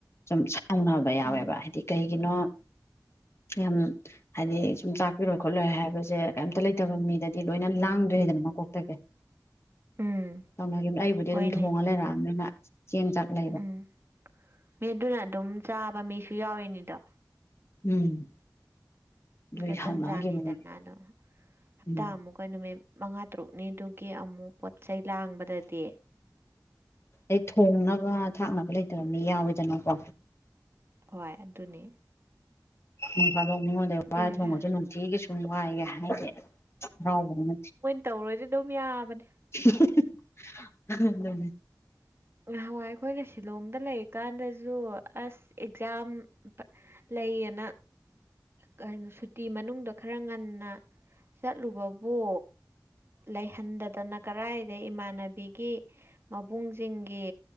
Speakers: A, on the left; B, on the right.
A: ꯁꯨꯝ ꯁꯥꯎꯅꯕ ꯌꯥꯎꯋꯦꯕ
B: ꯎꯝ
A: ꯍꯥꯏꯗꯤ ꯀꯩꯒꯤꯅꯣ ꯌꯥꯝ ꯍꯥꯏꯗꯤ ꯁꯨꯝ ꯆꯥꯛꯄꯤꯔꯣꯏ ꯈꯣꯠꯂꯣꯏ ꯍꯥꯏꯕꯖꯦ ꯀꯩꯝꯇ ꯂꯩꯇꯕ ꯃꯤꯗꯗꯤ ꯂꯣꯏꯅ ꯂꯥꯡꯗꯣꯏꯅꯤꯗꯅ ꯃꯀꯣꯛꯇꯒꯤ
B: ꯎꯝ
A: ꯇꯧꯅꯒꯤꯝ ꯑꯩꯕꯨꯗꯤ
B: ꯍꯣꯏꯅꯦ
A: ꯑꯗꯨꯝ ꯊꯣꯡꯉ ꯂꯩꯔꯛꯑꯃꯤꯅ ꯆꯦꯡ ꯆꯥꯛ ꯂꯩꯕ
B: ꯎꯝ ꯃꯤ ꯑꯗꯨꯅ ꯑꯗꯨꯝ ꯆꯥꯕ ꯃꯤꯖꯨ ꯌꯥꯎꯔꯤꯅꯤꯗꯣ
A: ꯎꯝ ꯑꯗꯨꯒꯤ
B: ꯒꯖꯟꯖꯥꯟꯅꯤꯗꯅ
A: ꯁꯥꯎꯅꯈꯤꯕꯅꯤ
B: ꯑꯗꯣ ꯍꯞꯇꯥꯥꯃꯨꯛ
A: ꯎꯝ
B: ꯅꯨꯃꯤꯠ ꯃꯉꯥ ꯇꯔꯨꯛꯅꯤꯗꯨꯒꯤ ꯑꯃꯨꯛ ꯄꯣꯠ ꯆꯩꯩ ꯂꯥꯡꯕꯗꯗꯤ
A: ꯑꯗꯩ ꯊꯣꯡꯅꯕ ꯊꯥꯛꯅꯕ ꯂꯩꯇꯕ ꯃꯤ ꯌꯥꯎꯋꯤꯗꯅꯀꯣ
B: ꯍꯣꯏ ꯑꯗꯨꯅꯤ
A: ꯅꯣꯡꯐꯗꯣꯛ ꯃꯤꯉꯣꯟꯗ ꯑꯗꯩ ꯋꯥꯏꯔ
B: ꯕꯦꯔꯥ
A: ꯊꯣꯡꯕꯖꯨ ꯅꯨꯡꯇꯤꯒꯤ ꯁꯨꯝ ꯋꯥꯏꯒꯦ ꯍꯥꯏꯔꯗꯤ ꯍꯔꯥꯎꯕꯒ ꯅꯠꯇꯦ
B: ꯇꯧꯔꯣꯏꯖꯨ ꯑꯗꯨꯝ ꯌꯥꯕꯅꯦ
A: <unintelligible> ꯑꯗꯨꯅꯤ
B: ꯅꯍꯥꯟꯋꯥꯏ ꯑꯈꯣꯏꯅ ꯁꯤꯂꯣꯡꯗ ꯂꯩ ꯀꯥꯟꯗꯖꯨ ꯑꯁ ꯑꯦꯛꯖꯥꯝ ꯂꯩꯌꯦꯅ ꯀꯩꯅꯣ ꯁꯨꯇꯤ ꯃꯅꯨꯡꯗ ꯈꯔ ꯉꯥꯟꯅ ꯆꯠꯂꯨꯕꯕꯨ ꯂꯩꯍꯟꯗꯗꯅ ꯀꯔꯥꯏꯗꯩ ꯏꯃꯥꯟꯅꯕꯤꯒꯤ ꯃꯕꯨꯡ ꯖꯤꯡꯒꯤ